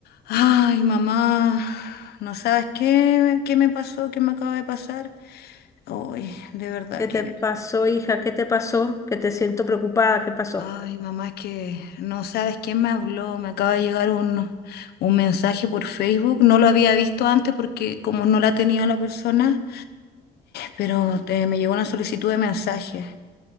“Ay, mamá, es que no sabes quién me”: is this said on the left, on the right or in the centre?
Left